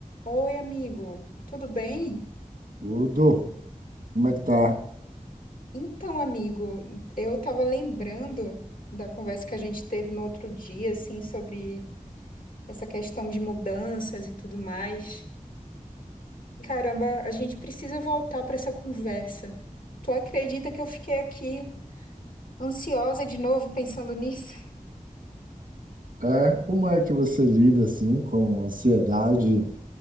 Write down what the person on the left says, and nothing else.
Oi, amigo, tudo bem?
Então, amigo, eu estava lembrando da conversa que a gente teve no outro dia, assim, sobre essa questão de mudanças e tudo mais. Caramba, a gente precisa voltar para essa conversa. Tu acredita que eu fiquei aqui ansiosa de novo pensando nisso?